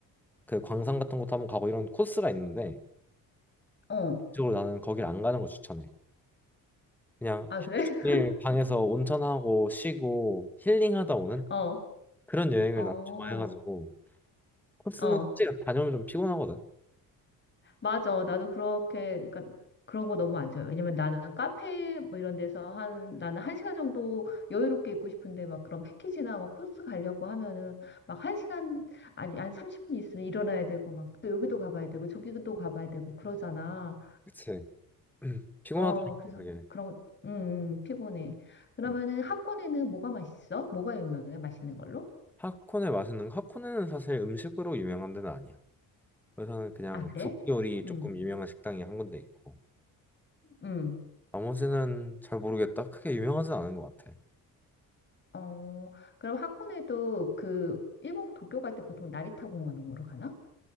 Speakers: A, in the centre; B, on the left.
A: 그 광산 같은 것도 한번 가고 이런 코스가 있는데
B: 어.
A: 이쪽으로 나는 거길 안 가는 걸 추천해. 그냥
B: 아,
A: 하루
B: 그래?
A: 종일 방에서 온천하고 쉬고 힐링하다 오는
B: 어,
A: 그런 여행을
B: 어,
A: 난 좋아해가지고 코스는
B: 어.
A: 솔직히 다녀오면 좀 피곤하거든.
B: 맞아. 나도 그렇게, 그러니까 그런 거 너무 안 좋아요. 왜냐면 나는 카페 뭐 이런 데서 한, 나는 한 시간 정도 여유롭게 있고 싶은데 막 그런 패키지나 막 코스 가려고 하면은 막 한 시간, 아니, 한 30분 있으면 일어나야 되고 막 또 여기도 가봐야 되고 저기도 가봐야 되고 그러잖아.
A: 그치? <clears throat> 피곤하더라고
B: 어, 그래서
A: 그게.
B: 그런 거, 음, 음, 피곤해. 그러면은
A: 음.
B: 학원에는 뭐가 맛있어? 뭐가 유명해? 맛있는 걸로?
A: 하코네 맛있는 거- 하코네는 사실 음식으로 유명한 데는 아니야. 그래서는 그냥
B: 아, 그래?
A: 두부 요리
B: 음,
A: 조금 유명한 식당이 한 군데 있고
B: 음.
A: 나머지는 잘 모르겠다. 크게 유명하진 않은 것 같아.
B: 어, 그럼 학군에도 그 일본 도쿄 갈 때 보통 나리타 공원으로 가나?